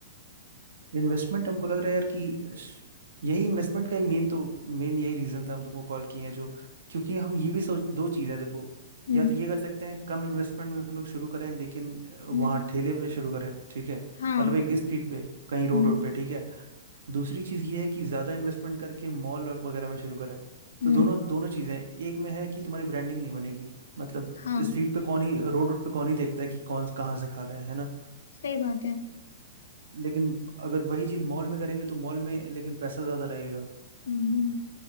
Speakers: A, on the right (about 85°); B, on the left (about 85°).
A: इन्वेस्टमेंट हमको लग रहा है यार कि श- यही इन्वेस्टमेंट का ही मेन तो मेन यही रीजन था हम तुमको कॉल किए हैं जो क्योंकि हम ये भी सोच दो चीज़ है देखो
B: हम्म
A: या तो ये कर सकते हैं कम इन्वेस्टमेंट में हम लोग शुरू करें लेकिन अ, वहाँ
B: हम्म
A: ठेले पे शुरू करें ठीक है
B: हाँ
A: मतलब एक स्ट्रीट पे कहीं रोड
B: हम्म
A: रोड पे ठीक है दूसरी चीज़ ये है कि ज़्यादा इन्वेस्टमेंट करके मॉल और वगैरह में शुरू करें
B: हम्म
A: तो दोनों दोनों चीज़ें हैं। एक में है कि तुम्हारी ब्रांडिंग नहीं बनेगी मतलब
B: हाँ
A: स्ट्रीट पे कौन ही रोड रोड पे कौन ही देखता है कि कौन कहाँ से खा रहा है है ना
B: सही बात है
A: लेकिन अगर वही चीज़ मॉल में करेंगे तो मॉल में लेकिन पैसा ज़्यादा लगेगा
B: हम्म